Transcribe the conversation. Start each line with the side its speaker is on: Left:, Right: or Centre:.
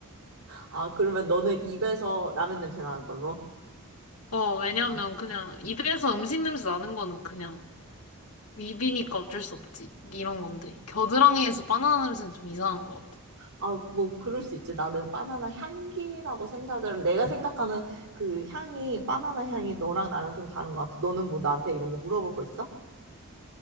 Right: 아, 그러면 너는 입에서 라면 냄새 나는 걸로?
Left: 어, 왜냐면
Right: 아.
Left: 그냥 입에서 음식 냄새 나는 거는 그냥 입이니까 어쩔 수 없지. 이런 건데. 겨드랑이에서 바나나 냄새는 좀 이상한 것 같아.
Right: 아, 뭐, 그럴 수 있지. 나는 바나나 향기라고 생각을, 내가 생각하는 그 향이, 바나나 향이 너랑 나랑 좀 다른 것 같아. 너는 뭐 나한테 이런 거 물어볼 거 있어?